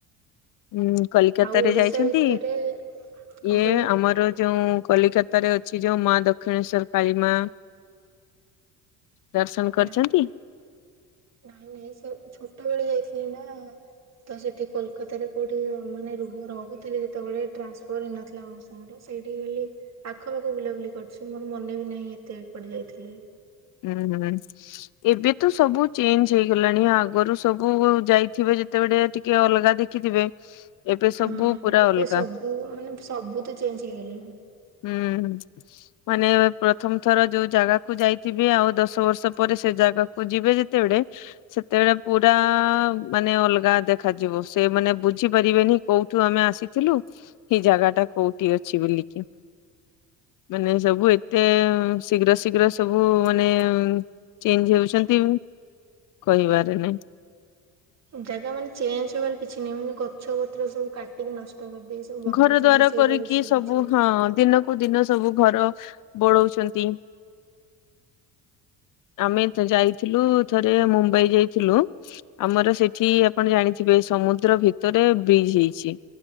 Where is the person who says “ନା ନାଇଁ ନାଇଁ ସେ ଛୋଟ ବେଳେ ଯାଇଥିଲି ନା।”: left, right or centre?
Right